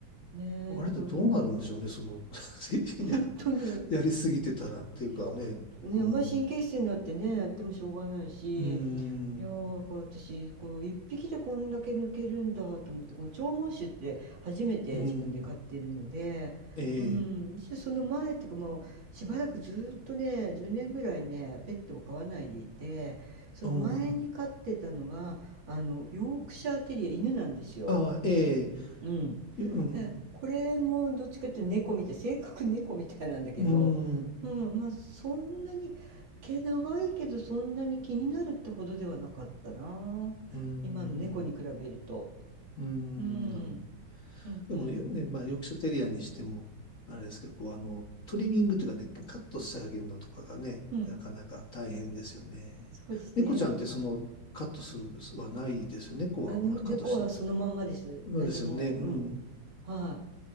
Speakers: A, on the right; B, on the left.
A: ねえ、
B: あれってどうなるんでしょうね。
A: だからな <laughs>
B: その <laughs>
A: 本当に、
B: や、やりすぎてたらっていうかね。
A: いや、ね、
B: うん、
A: あんまり神経質になってね、
B: う
A: やってもしょうがないし、
B: ーん、
A: いやー、だから私、こう、一匹でこんだけ抜けるんだと思って、この長毛酒って初めて自分で飼ってるので、
B: うーん、ええ
A: うん、でその前っていうかもう、しばらくずーっとね、10年ぐらいね、ペットを飼わないでいて、その前に飼ってたのが、
B: うん。
A: あの、ヨークシャーテリア、犬なんですよ。
B: ああ、ええ、
A: うん。
B: うん、
A: え、これもどっちかっていうと猫みたい、性格猫みたいなんだけど、
B: うん、
A: うん、まあそんなに、毛長いけどそんなに気になるってほどではなかったな。
B: うん、
A: 今の猫に比べると。
B: うん、
A: うん、
B: なるほど。
A: うん、
B: でもよ、
A: うん、
B: ね、まあ、ヨークシャテリアにしても、あれですけど、こう、あの、トリミングというかね、カットしてあげるのとかがね、
A: うん。
B: なかなか大変ですよね。
A: そうですね。
B: 猫ちゃんってその、カットするはないですよね。猫は、
A: あ、あ、ね、
B: まあ、カットし、
A: 猫はそのまんまです。
B: まあですよね。
A: 何も。
B: うん。
A: うん。は